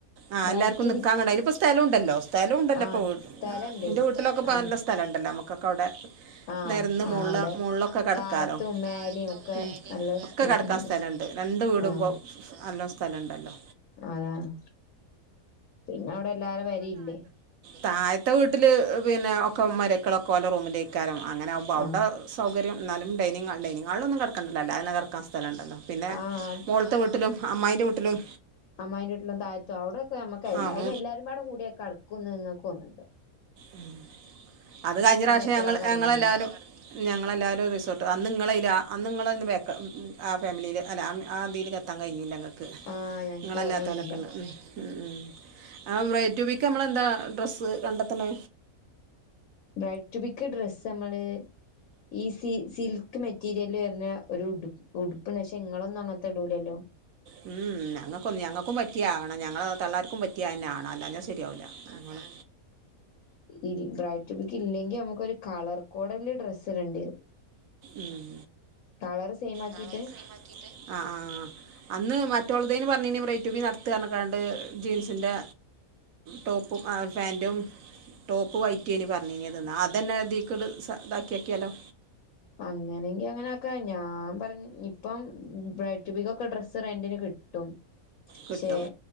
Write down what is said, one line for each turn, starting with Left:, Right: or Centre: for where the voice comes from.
Right: ആഹ്
Left: ബ്രൈഡ്
Right: എല്ലർക്കുംനിക്കാൻകണ്ട
Left: ടു ബി
Right: അയിനി പ്പോസ്ഥലൂണ്ടല്ലോ സ്ഥലൂണ്ടല്ലപ്പോ
Left: ആഹ് സ്ഥലണ്ട്
Right: ഇന്റെ വീട്ടിലൊക്കെപ്പ
Left: അതാണ്
Right: നല്ല സ്ഥലണ്ടല്ലോ അമ്മക്കൊക്കെ അവടെ
Left: ആഹ്
Right: നരന്ന്
Left: ആഹ്
Right: മോൾള
Left: അവിടെ
Right: മോൾളൊക്കെ കെടക്കാലോ
Left: താഴത്തും മേലേം
Right: തായ്ത്തും
Left: ഒക്കെ
Right: മേലിം
Left: നല്ല സ്പേസ്
Right: ഒക്കെ കെടക്കാൻ
Left: ഉണ്ടല്ലോ
Right: സ്ഥലണ്ട് രണ്ട് വീടുമ്പം
Left: ആഹ്
Right: നല്ലോ സ്ഥല ഉണ്ടല്ലോ
Left: അതാണ് പിന്നെ അവുടെ എല്ലാര പെരിയില്ലേ
Right: താഴത്തവീട്ട്ല് പിന്നെ ഒക്കെ മരക്കളൊക്കെ ഓലറൂമിലേക്കാരം അങ്ങനാവുമ്പോ അവുടെ
Left: ആഹ്
Right: സൗകര്യം ന്നാലും ഡൈനിങ്ങാൾ ഡൈനിങ്ങാൾളൊന്നും കെടക്കണ്ടല്ലോ അല്ലാതെന്നെകെട ക്കാൻസ്ഥലണ്ടല്ലോ പിന്നെ
Left: ആഹ്
Right: മോൾത്തെവീട്ടിലും അമ്മായിന്റെവീട്ടിലും
Left: അമ്മായിന്റെട്ടിലും താഴത്തും അവുടൊക്കെ അമ്മക്ക്അയവില്ല
Right: അങ്ങനെ അയിന്
Left: അയിനേല്ലാരുപാട കൂട്യകടക്കൊന്ന് ഇങ്ങക്കൊന്ന്ണ്ടോ
Right: ഉ അത് കഴിഞ്ഞറാശ്യം
Left: എപ്പളാ
Right: ഞങ്ങ
Left: കടന്നീന്
Right: ഞങ്ങളെല്ലാവരും ഞങ്ങളെല്ലാരും റിസോർട്ട് അന്ന്ങ്ങളെ എയില അന്ന്ഇങ്ങളഎന്നും ബേക്ക് ഉം ഉം ആ ഫാമിലീല് അല്ലഅംആഹ്തീല് എത്താംകഴിഞ്ഞില്ല ഇങ്ങക്ക്
Left: ആഹ് ഞങ്ങക്ക്
Right: ഇങ്ങളല്ലാത്തോലൊക്കെണ്ട്
Left: പോരാൻ കഴിഞ്ഞില്ല
Right: ഉം ആഹ് ബ്രെയ്റ്റൂബിക്ക്‌അമ്മളെന്താ ഡ്രസ്സ്കണ്ടത്ത്ണ്
Left: ബ്രൈറ്റുബിക്ക്‌ ഡ്രസ്സ് അമ്മള് ഈസി സിൽക്ക്മെറ്റീരിയല് വെര്ന ഒരു ഉടു ഉടുപ്പ്ണ്ട് പഷേ ഇങ്ങളൊന്നും അങ്ങൻത്തെ ഇടൂലല്ലോ
Right: ഉംഉം ഞങ്ങക്കൊന്ന് ഞങ്ങക്കും പറ്റിയാവണം ഞങ്ങളതള്ളാർക്കും പ റ്റിയെ അഹന്നെആവണം അല്ലാഞ്ഞ സെരിയാവൂല അമ്മള്
Left: ഇൽ ബ്രൈറ്റൂബിക്ക് ഇല്ലെങ്കി അമ്മക്കൊര് കളർകോഡല്ല് ഡ്രസ്സ് ഇടണ്ടിരും
Right: ഉം
Left: കളറ് സെയിം ആക്കിയിട്ട്
Right: കളറ്സെയിമാക്കീട്ട് ആഹ്ആഹ്ആഹ്ആഹ് അന്ന് മറ്റോൾതേനി പറഞ്ഞീനേ ബ്രെയിറ്റൂബി നടത്താർഞ്ഞികാണ്ട് ജീൻസിന്റെ ടോപ്പുംആഹ്ഫേന്റും ടോപ്പ് വൈറ്റേനി പറഞ്ഞിനിയത് ന്നാഅതന്ന ദീക്ക്‌ട് സഇതാക്ക്യോക്ക്യാലോ
Left: അങ്ങനെങ്കി അങ്ങനാക്ക ഞാൻപറഇപ്പം ബ്രൈ റ്റൂബികൊക്കെ ഡ്രസ്സ്റെന്റിന്കിട്ടും
Right: കിട്ടും
Left: ക്ഷെ